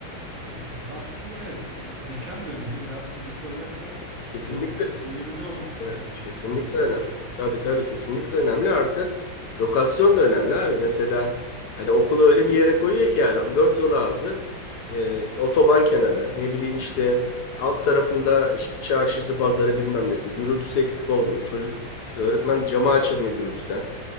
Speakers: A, on the right (about 85°); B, on the left (about 65°).
A: e, baktığında evet e, mekan da önemli. Biraz fiziki olarak da
B: kesinlikle.
A: özel okulun doyurucu olması lazım
B: Evet,
A: diye
B: kesinlikle
A: düşünüyorum değil
B: önemli.
A: mi dostum?
B: Tabii tabii kesinlikle önemli. Artı lokasyon da önemli abi. Mesela hani okulu öyle bir yere koyuyor ki adam dört yol ağzı e, otoban kenarı ne bileyim işte alt tarafında işte çarşısı pazarı bilmem nesi gürültüsü eksik olmuyor. Çocuk öğretmen camı açamıyor gürültüden.